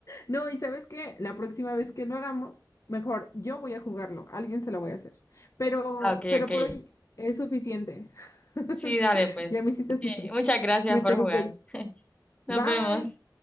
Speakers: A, on the left; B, on the left.
A: No, y sabes qué, la próxima vez que lo hagamos, mejor yo voy a jugarlo, alguien se lo voy a hacer. Pero,
B: Ah, ok,
A: pero
B: ok.
A: por hoy es suficiente. <laughs>
B: Sí, dale, pues.
A: Ya me hiciste sufrir.
B: Muchas gracias
A: Me
B: por
A: tengo
B: jugar.
A: que ir.
B: <laughs> Nos
A: Bye.
B: vemos.